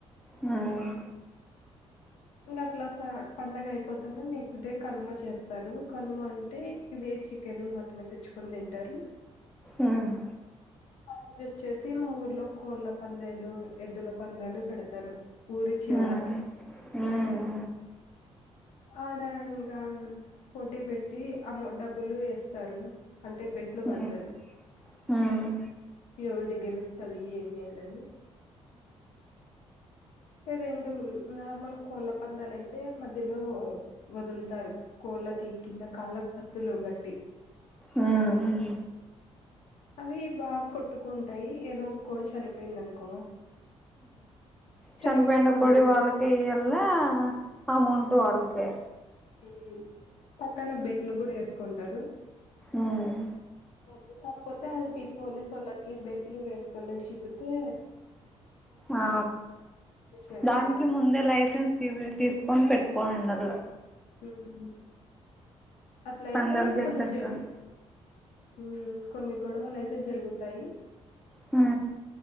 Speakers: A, in the centre; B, on the left.
A: హ్మ్.
B: ఇంగా అట్లా లాస పండగ అయిపోతాను నెక్స్ట్ డే కనుమ చేస్తారు కనుమ అంటే ఇవే చికెన్, మటన్ తెచ్చుకొని తింటారు.
A: ఉహ్మ్
B: ఆరోజొచ్చేసి మా ఊర్లో కోళ్ల పందేలు, ఎద్దుల పందేలు పెడతారు. ఊరి చివర
A: ఉహ్మ్ ఉహ్
B: ఆడ ఇంకా పోటీ పెట్టి అమో డబ్బులు వేస్తారు. అంటే బెట్లు కడతారు
A: హ్మ్. హ్మ్.
B: ఎవరిది గెలుస్తాది ఏమి అనిని రెండు నార్మల్ కోళ్ళ పందాలు అయితే మధ్యలో వదులుతారు కోళ్ళకి కింద కళ్ళక్ కత్తులు గాట్టి
A: ఉహ్మ్
B: అవి బాగా కొట్టుకుంటాయి. ఏదో ఒక కోటి చనిపోయింది అనుకో చనిపోకుండా
A: చనీపెంనా కోడి
B: ఉంటది
A: వాళ్ళకే
B: చూడు
A: ఇఎల్లా అమౌంట్ వాళ్ళకే
B: ఉహ్ హు పక్కన బెట్లు కూడా వేసుకుంటారు. రూ
A: ఆహ్
B: మొబ్బుక కాకపోతే అది ప పోలి సోళ్లకి బెడ్లు వేసుకని చిక్కుతే
A: ఆ
B: చేస్తారు
A: దానికి ముందే లైసెన్స్ తీ తీసుకొని పెట్టుకోంండ ల్ల
B: ఉహ్ ఉహ్ అట్లయితే
A: పందాలు చేసేకి
B: కొన్ని చేత్
A: గాని.
B: ఉహ్మ్ కొన్ని గొడవలు అయితే జరుగుతాయి.
A: హా